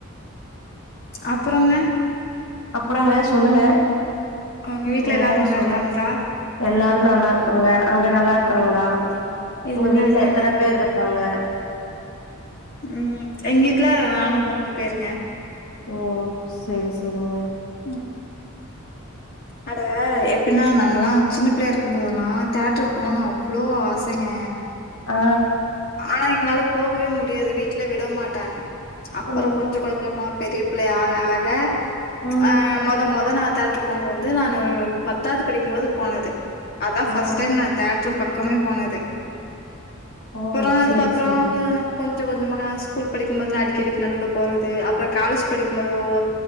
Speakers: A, on the left (about 50°); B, on the left (about 90°).
A: அப்றோங்க
B: அப்றங்க சொல்லுங்க
A: உங்க வீட்ல
B: நீங்க
A: எல்லாரு
B: தாங்க
A: நல்லா
B: சொல்ணு
A: இருக்காங்களா
B: எல்லாரு நல்லாருக்காங்க அங்க நல்லாருக்காங்ளா உங்க
A: எல்லாருமே
B: வீட்ல எத்தன
A: நல்லா
B: பேர் இருக்காங்க
A: ம் எங்க வீட்ல நாங்க மூணு பேருங்க
B: ஓ சேரி சேரிங்க
A: ம் அட எப்பின்னா நாங்கலா சின்ன பிள்ளையா இருக்கம்போதுலா தேட்ருக்கு போணுனு
B: ம்
A: அவ் அவ்ளோ ஆசைங்க
B: ஆ
A: ஆனா எங்களால போகவே முடியாது வீட்ல விட மாட்டாங்க அப்பறோ
B: ஓ
A: கொஞ்ச கொஞ்சமா பெரிய பிள்ளை ஆக ஆக
B: ம்
A: ஆ மொத மொத நா தேட்ரு போன வந்து நானு பத்தாது படிக்கும்போது போனது அதா ஃபஸ்ட்
B: ஓ
A: டைம் நா தேட்ரு பக்கமே போனது
B: ஓ
A: அப்பறோ அதுக்கப்றோ
B: சரி சரிங்க
A: கொஞ்ச கொஞ்சமா நா ஸ்கூல் படிக்கும்போது நா அடிக்கடிக்கு நடுவுல போறது அப்றோ காலேஜ் படிக்கும்போது ஓ